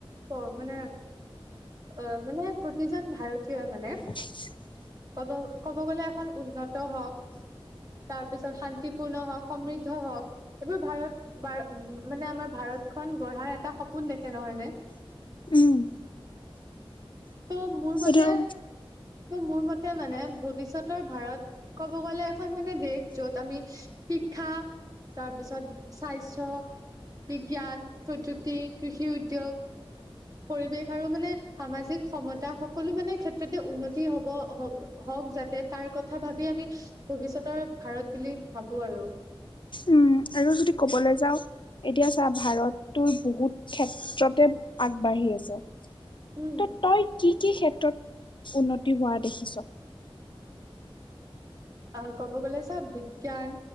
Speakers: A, on the right; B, on the left.
A: কওঁ মানে অ মানে প্ৰতিজন ভাৰতীয়ই মানে
B: হয় <inaudible> <unintelligible>
A: কব ক'ব গ'লে এখন উন্নত হওক তাৰপিছত শান্তিপূৰ্ণ হওক সমৃদ্ধ হওক। এইবোৰ ভাৰত উ মানে আমাৰ ভাৰত গঢ়াৰ এটা সপোন দেখে নহয় নে?
B: উম
A: ত' মোৰ মতে
B: এইটো
A: ত মোৰ মতে মানে ভৱিষ্যতৰ ভাৰত ক'ব গ'লে এখন মানে দেশ য'ত আমি শিক্ষা তাৰপিছত স্বাস্থ্য, বিজ্ঞান, প্ৰযুক্তি, কৃষি উদ্যোগ পৰিৱেশ আৰু মানে সামাজিক সমতা সকলো মানে ক্ষেত্ৰতে উন্নতি হব হওক যাতে তাৰ কথা ভাবি আমি ভৱিষ্যতৰ ভাৰত বুলি ভাবো আৰু।
B: উম। আৰু যদি ক'বলৈ যাওঁ এতিয়া চা ভাৰত টোৰ বহুত ক্ষেত্ৰতে আগবাঢ়ি আছে,
A: উম
B: ত তই কি কি ক্ষেত্ৰত উন্নতি হোৱা দেখিছ?
A: আহ ক'ব গ'লে চা বিজ্ঞান,